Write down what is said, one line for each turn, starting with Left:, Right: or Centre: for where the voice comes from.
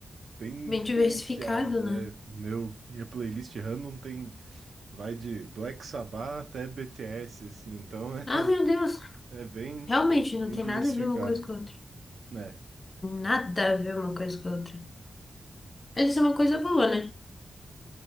Right: bem
Left: Bem
Right: diferenciado.
Left: diversificado,
Right: É,
Left: né?
Right: meu, minha playlist random tem, vai de Black Sabbath até BTS, assim, então <laughs> é,
Left: Ah, meu Deus!
Right: é bem,
Left: Realmente, não
Right: bem
Left: tem
Right: diversificado,
Left: nada a ver uma coisa com a outra.
Right: né?
Left: Nada a ver uma coisa com a outra. Mas isso é uma coisa boa, né?